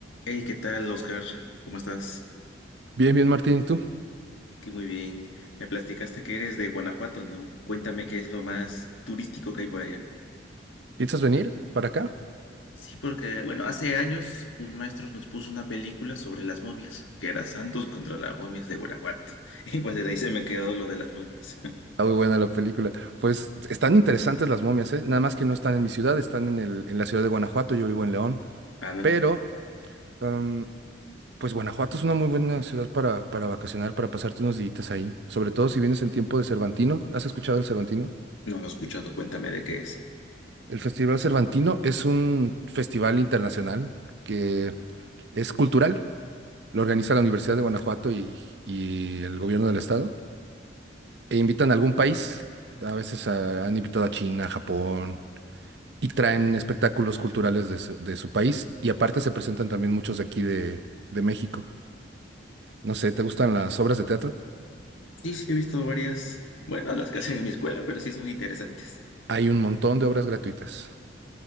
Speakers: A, on the left; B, on the right.
A: Hey, ¿qué tal, Oscar? ¿Cómo estás?
B: Bien, bien, Martín, ¿y tú?
A: Aquí muy bien. Me platicaste que eres de Guanajuato, ¿no? Cuéntame qué es lo más turístico que hay por allá.
B: ¿Piensas venir para acá?
A: Sí, porque, bueno, hace años un maestro nos puso una película sobre las momias, que era Santos contra las momias de Guanajuato. <laughs> Y pues desde ahí se me quedó lo de las momias.
B: Está muy buena la película. Pues están interesantes las momias, ¿eh? Nada más que no están en mi ciudad, están en el, en la ciudad de Guanajuato, yo vivo en León,
A: <laughs> Ah, no,
B: pero em, pues Guanajuato es una muy buena ciudad para, para vacacionar, para pasarte unos días ahí, sobre todo si vienes en tiempo de Cervantino. ¿Has escuchado el Cervantino?
A: no lo he escuchado, cuéntame de qué es.
B: El Festival Cervantino es un festival internacional que es cultural, lo organiza la Universidad de Guanajuato y, y el gobierno del estado. e invitan a algún país, a veces a- han invitado a China, Japón, y traen espectáculos culturales de su, de su país, y aparte se presentan también muchos de aquí de, de México. No sé, ¿te gustan las obras de teatro?
A: Sí, sí, he visto varias, bueno, las que hacen en mi escuela, pero sí son interesantes,
B: Hay un montón de obras gratuitas